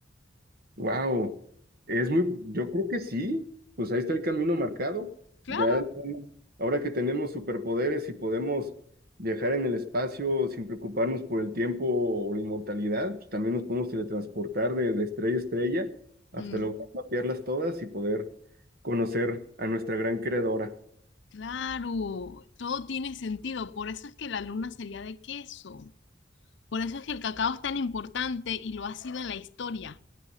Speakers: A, on the right (about 55°); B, on the left (about 65°).
A: Wow, es muy, yo creo que sí, pues ahí está el camino marcado.
B: claro.
A: Ya, ahora que tenemos superpoderes y podemos viajar en el espacio sin preocuparnos por el tiempo o la inmortalidad, pues también nos podemos teletransportar de, de estrella a estrella hasta
B: Mm.
A: lograr mapearlas todas y poder conocer a nuestra gran creadora.
B: Claro, todo tiene sentido. Por eso es que la luna sería de queso. Por eso es que el cacao es tan importante y lo ha sido en la historia.